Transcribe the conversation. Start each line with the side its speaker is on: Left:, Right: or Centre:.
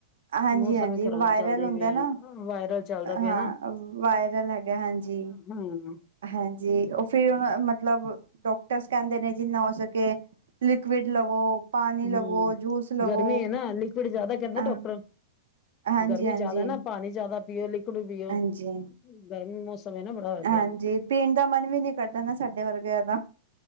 Right: ਹਾਂਜੀ
Left: ਮੌਸਮ
Right: - ਹਾਂਜੀ
Left: ਵੀ
Right: ਇੱਕ
Left: ਖ਼ਰਾਬ
Right: ਵਾਇਰਲ
Left: ਚੱਲਦੇ
Right: ਹੁੰਦਾ
Left: ਪਏ
Right: ਨਾ
Left: ਆ ਵਾਇਰਲ ਚੱਲਦਾ ਪਿਆ
Right: ਹਾਂ। ਵਾਇਰਲ ਹੋਗਿਆ ਹਾਂਜੀ।
Left: ਹਮ। <unintelligible>
Right: ਹਾਂਜੀ। ਉਹ ਫਿਰ ਉਹਨਾਂ ਮਤਲੱਬ ਡਾਕਟਰਸ ਕਹਿੰਦੇ ਨੇ। ਜਿੰਨਾ ਹੋ ਸਕੇ ਲਿਕੁਿਡ ਲਵੋ
Left: ਹਮ
Right: ਪਾਣੀ ਲਵੋ ਜੂਸ ਲਵੋ
Left: ਗਰਮੀਂ ਹੈ ਨਾ। ਲਿਕਵਿਡ ਜਿਆਦਾ ਕਹਿੰਦਾ
Right: ਹਾਂ
Left: ਡਾਕਟਰ।
Right: ਹਾਂਜੀ
Left: ਗਰਮੀਂ
Right: ਹਾਂਜੀ
Left: ਜਿਆਦਾ ਨਾ। ਪਾਣੀ ਜਿਆਦਾ ਪੀਓ ਲਿਕਵਿਡ ਪੀਓ
Right: ਹਾਂਜੀ
Left: ਗਰਮੀਂ ਮੌਸਂਮ ਹੈ। ਨਾ ਬੜਾ ਹੋ
Right: ਹਾਂਜੀ
Left: ਗਿਆ ਹਾਂ।
Right: ਪੀਣ ਦਾ ਮਨ ਵੀ ਨੀ ਕਰਦਾ ਨਾ ਸਾਡੇ ਵਰਗਿਆਂ ਦਾ